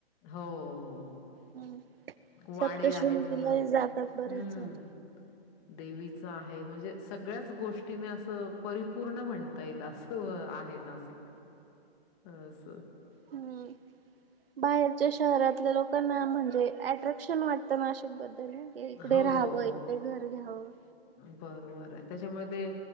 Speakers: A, on the left; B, on the right.
A: हो हो हो,
B: हम्म
A: वाडे
B: सप्तशृंगीला
A: आहेत, हम्म.
B: जातात बरेच जण.
A: <inaudible> देवीच आहे म्हणजे सगळ्याच गोष्टीने असं परिपूर्ण म्हणता येईल असं आहे. नासिक, अस.
B: हम्म बाहेरच्या शहरातल्या लोकांना म्हणजे अट्रॅक्शन वाटतं नाशिक बद्द ना इकडे
A: हो,
B: राहावं इकडे घर घ्यावं
A: बरबर आहे त्याच्यामध्ये